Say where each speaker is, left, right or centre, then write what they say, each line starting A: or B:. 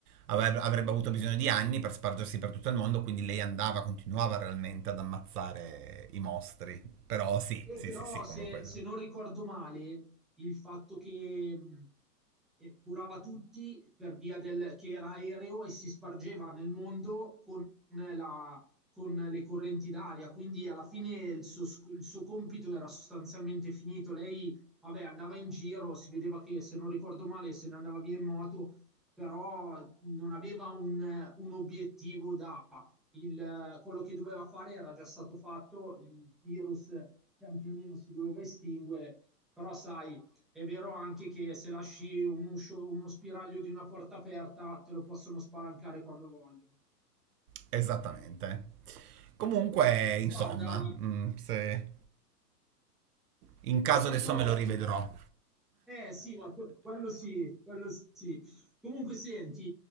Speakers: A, on the right; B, in the centre.
A: avrebbe, avrebbe avuto bisogno di anni per spargersi per tutto il mondo, quindi lei andava, continuava realmente ad ammazzare i mostri, però sì,
B: E
A: sì,
B: però,
A: sì, sì,
B: se,
A: comunque,
B: se non ricordo male, il fatto che mh, eh, curava tutti per via del che era aereo e si spargeva nel mondo con, la- con le correnti d'aria. Quindi, alla fine, il suo, sc- il suo compito era sostanzialmente finito. Lei, vabbè, andava in giro, si vedeva che, se non ricordo male, se ne andava via in moto, però non aveva un, un obiettivo da il- quello che doveva fare era già stato fatto, il virus pian pianino si doveva estinguere, però sai, è vero anche che se lasci un uscio- uno spiraglio di una porta aperta, te lo possono spalancare quando vogliono.
A: esattamente. Comunque, insomma,
B: Guarda,
A: mm, se in caso
B: è stato
A: adesso me lo rivedrò.
B: Eh sì, ma que- quello sì, quello sì. Comunque senti,